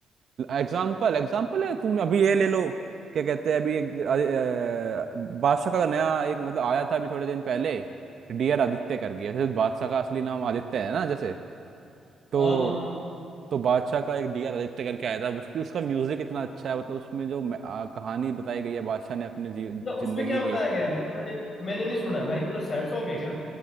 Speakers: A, on the right; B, on the left.
A: एग्जाम्पल एग्जाम्पल है तुम अभी ये ले लो क्या कहते हैं अभी एक अ, अ, बादशाह का नया एक मतलब आया था अभी थोड़े दिन पहले डियर आदित्य कर गया जैसे बादशाह का असली नाम आदित्य है ना जैसे तो
B: हाँ हाँ हाँ
A: तो बादशाह का एक डी आर आदित्य करके आया था उसकी उसका म्यूजिक इतना अच्छा है मतलब उसमें जो मैं- आ, कहानी बताई गई है बादशाह ने अपने जी-
B: मतलब उसमें
A: जिंदगी
B: क्या बताया
A: की
B: गया है मतलब मैंने मैंने नहीं सुना है भाई मतलब सैड सॉन्ग है क्या